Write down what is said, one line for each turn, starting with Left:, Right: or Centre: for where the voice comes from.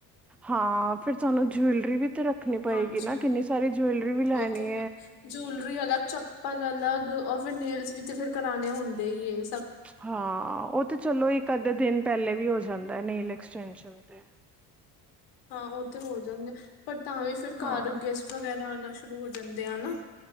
Centre: ਹਾਂ। ਫਿਰ ਤੁਹਾਨੂੰ ਜੂਲਰੀ ਵੀ ਤੇ ਰੱਖਣੀ ਪਏਗੀ
Left: ਹਾਂਜੀ।
Centre: ਨਾ ਕਿੰਨੀ ਸਾਰੀ ਜਵੈਲਰੀ ਵੀ ਲੈਣੀ
Left: ਉਹ ਤੇ ਹੈ ਜੂਲਰੀ ਅਲੱਗ ਚੱਪਲ ਅਲੱਗ ਫਿਰ ਨੇਲਸ ਵੀ ਤੇ ਫਿਰ ਕਰਾਣੇ ਹੁੰਦੇ ਈ ਐ।
Centre: ਹਾਂ। ਉਹ ਤੇ ਚਲੋ ਇੱਕ ਅੱਧੇ ਦਿਨ ਪਹਿਲੇ ਵੀ ਹੋ ਜਾਂਦਾ ਹੈ ਨੀਲ ਐਕਸਟੈਂਸ਼ਨ ਤੇ
Left: ਹਾਂ। ਉਹ ਤੇ ਹੋ ਜਾਂਦੇ ਆ ਪਰ ਤਾਂ ਵੀ ਫਿਰ ਘਰ
Centre: ਹਾਂ
Left: ਗੈਸਟ ਵਗੈਰਾ ਆਉਣਾ ਸ਼ੁਰੂ ਹੋ ਜਾਂਦੇ ਐ ਨਾ।